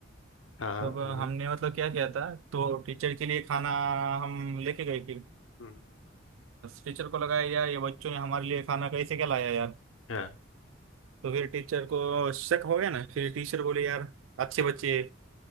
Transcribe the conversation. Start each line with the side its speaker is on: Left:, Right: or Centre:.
Left: हाँ हाँ
Right: तब
Left: हाँ हाँ
Right: हमने मतलब क्या किया था तो टीचर के लिए खाना हम लेके गए फिर
Left: हम्म।
Right: टीचर को लगाया यार ये बच्चों ने हमारे लिए खाना कैसे क्या लाया यार
Left: हाँ
Right: तो फिर टीचर को शक हो गया ना फिर टीचर बोले यार अच्छे बच्चे